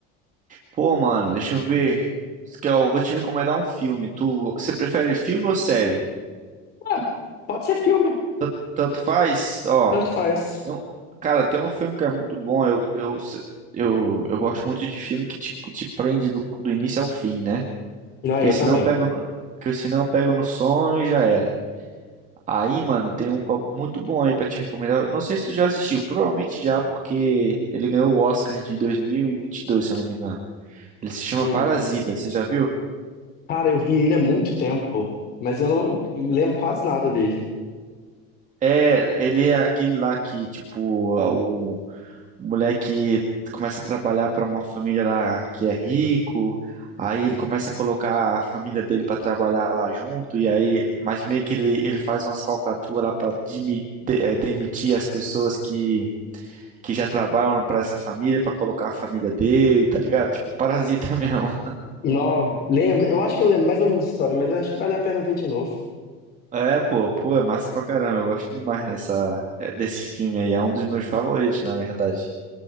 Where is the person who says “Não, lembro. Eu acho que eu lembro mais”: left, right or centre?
Left